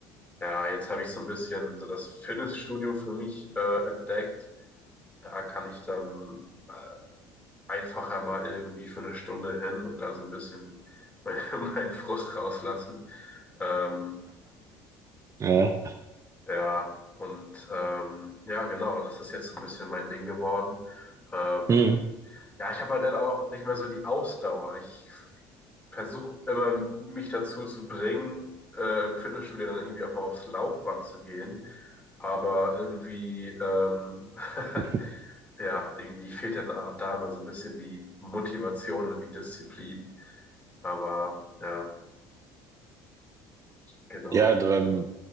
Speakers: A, on the left (about 15°); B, on the right (about 40°).
A: ja, jetzt habe ich so ein bisschen so das Fitnessstudio für mich äh, entdeckt. Da kann ich dann äh, einfacher mal irgendwie für eine Stunde hin und da so ein bisschen mein- <laughs> meinen Frust rauslassen. Ähm,
B: ja.
A: Ja, und ähm, ja, genau, das ist jetzt so ein bisschen mein Ding geworden. Ähm,
B: Mhm.
A: ja, ich habe halt dann auch nicht mehr so die Ausdauer. Ich versuche immer, mich dazu zu bringen, äh, im Fitnessstudio dann irgendwie auch mal aufs Laufband zu gehen. Aber irgendwie, ähm, <laughs>
B: <laughs>
A: ja, irgendwie fehlt dann da immer so ein bisschen die Motivation und die Disziplin. Aber ja, genau.
B: Ja, beim,